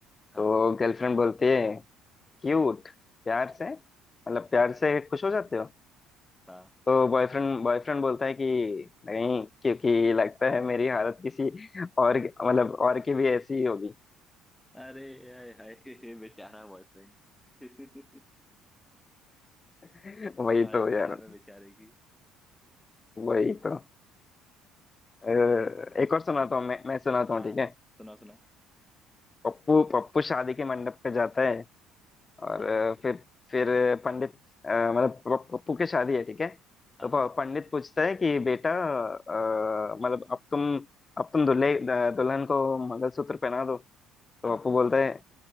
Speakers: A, in the centre; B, on the left.
A: हाँ
B: तो गर्लफ्रेंड बोलती है क्यूट प्यार से मतलब प्यार से खुश हो जाते हो
A: हाँ
B: तो बॉयफ्रेंड बॉयफ्रेंड बोलता है कि नहीं क्योंकि लगता है मेरी हालत किसी और मतलब और की भी ऐसी ही होगी
A: अरे हाय हाय <laughs> बेचारा बॉयफ्रेंड <laughs>
B: <laughs> वही
A: हालत
B: तो यार
A: खराब है बेचारे की
B: वही तो अ,
A: अरे भाई
B: एक और सुनाता हूँ मैं मैं सुनाता हूँ
A: हाँ
B: ठीक
A: हाँ
B: है
A: सुनाओ सुनाओ
B: पप्पू पप्पू शादी के मंडप पे जाता है और अ, फिर फिर पंडित अ, मतलब प- पप्पू की शादी है ठीक है
A: हाँ
B: तो प-
A: हाँ
B: पंडित पूछता है कि बेटा अ, मतलब अब तुम अब तुम दूल्हे अ, दुल्हन को मंगलसूत्र पहना दो तो
A: हाँ
B: पप्पू
A: हाँ
B: बोलता है